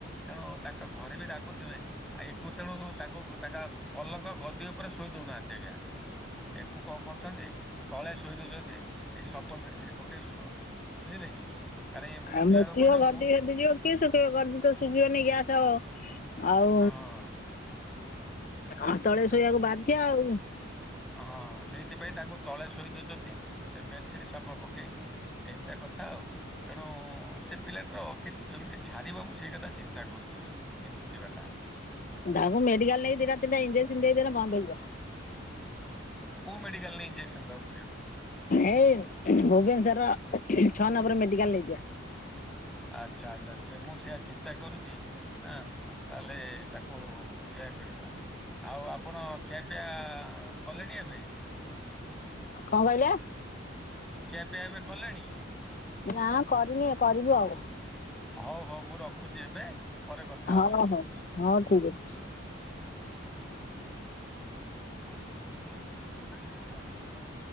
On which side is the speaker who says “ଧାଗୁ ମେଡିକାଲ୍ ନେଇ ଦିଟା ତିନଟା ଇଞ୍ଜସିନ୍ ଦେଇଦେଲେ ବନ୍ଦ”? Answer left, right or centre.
Left